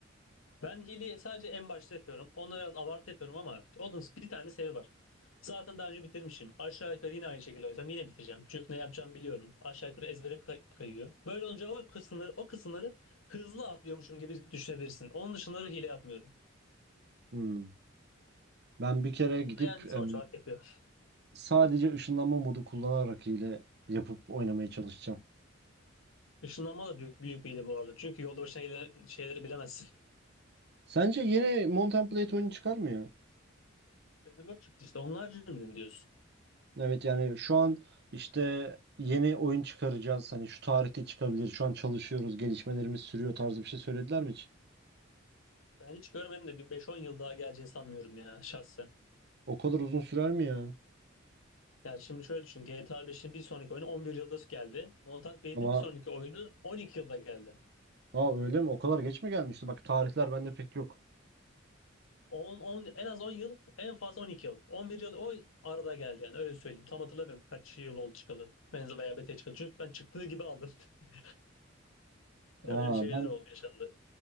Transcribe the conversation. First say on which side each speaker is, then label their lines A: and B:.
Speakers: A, on the left; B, on the right.
A: Ben hileyi sadece en başta yapıyorum. Onunla biraz abartı yapıyorum ama onun bir tane sebebi var. Zaten daha önce bitirmişim. Aşağı yukarı yine aynı şekilde oysam yine bitireceğim. Çünkü ne yapacağımı biliyorum. Aşağı yukarı ezbere kay- kayıyor. Böyle olunca o kısımları, o kısımları hızlı atlıyormuşum gibi düşünebilirsin. Onun dışında da hile yapmıyorum.
B: Hmm. Ben bir kere gidip
A: Ama yani
B: e,
A: sonuç olarak yapıyor.
B: sadece ışınlanma modu kullanarak hile yapıp oynamaya çalışacağım.
A: Işınlanma da büyük, büyük bir hile bu arada. Çünkü yolda başına gelen şeyleri bilemezsin.
B: Sence yeni Mount and Blade oyunu çıkar mı ya?
A: Battlelord çıktı işte. Onlar cümle diyorsun.
B: Evet yani şu an işte yeni oyun çıkaracağız. Hani şu tarihte çıkabilir. Şu an çalışıyoruz. Gelişmelerimiz sürüyor tarzı bir şey söylediler mi hiç?
A: Ben hiç görmedim de bir beş on yıl daha geleceğini sanmıyorum ya şahsen.
B: O kadar uzun sürer mi ya?
A: Yani şimdi şöyle düşün. GTA 5'in bir sonraki oyunu 11 yılda geldi. Mountain Blade'in
B: Ama
A: bir sonraki oyunu 12 yılda geldi.
B: ha öyle mi? O kadar geç mi gelmişti? Bak tarihler bende pek yok.
A: 10, 10, en az 10 yıl, en fazla 12 yıl. 11 yıl o arada geldi yani öyle söyleyeyim. Tam hatırlamıyorum kaç yıl oldu çıkalı. Benzi veya BT çıkalı. Çünkü ben çıktığı gibi aldım. <laughs> Öyle
B: Aa
A: bir şeyler
B: ben
A: oldu yaşandı.